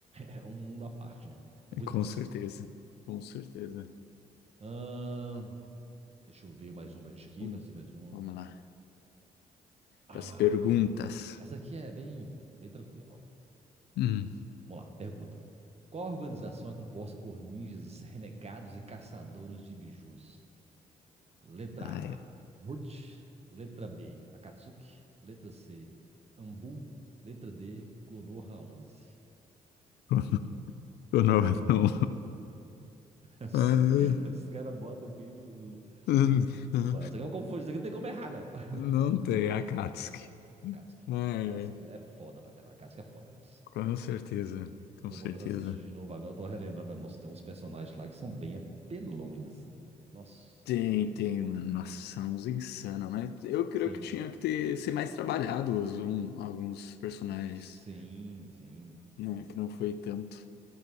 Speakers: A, on the right; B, on the left.
A: É um mundo à parte, né? É muito
B: com
A: massa.
B: certeza. Com certeza.
A: Ahn, deixa eu ver mais um pra gente aqui,
B: Hum,
A: vai ser mais uma.
B: Vamos lá.
A: Ah!
B: Pras perguntas.
A: Essa aqui é bem, bem tranquila, ó.
B: Hum.
A: Vamos lá, pergunta. Qual organização é composta por ninjas renegados e caçadores de bijus? Letra
B: Ah, é.
A: A, Murt. Letra B, Akatsuki. Letra C, Ambu. Letra D, Konoha 11.
B: <laughs> Eu não, não,
A: Os,
B: Ah,
A: <laughs>
B: é.
A: os caras botam aqui. o-
B: <laughs>
A: Pô, isso aqui eu confundi, isso aqui não tem como errar, não. <laughs>
B: não tem Akatsuki.
A: Akatsuki.
B: Ah,
A: Akatsuki
B: é.
A: é foda pra caramba. Akatsuki é foda, né, moço?
B: Com certeza,
A: Eu
B: com
A: tô
B: certeza.
A: voltando a assistir de novo agora, eu tô relembrando. velho, Nossa, tem uns personagens lá que são bem apelões, assim. Nossa,
B: Tem,
A: muito,
B: tem,
A: muito foda.
B: mano. Nossa, uns insano, né? Eu creio
A: Sim,
B: que tinha que ter, ser mais trabalhado os- um- alguns personagens.
A: sim, sim.
B: Não, que não foi tanto.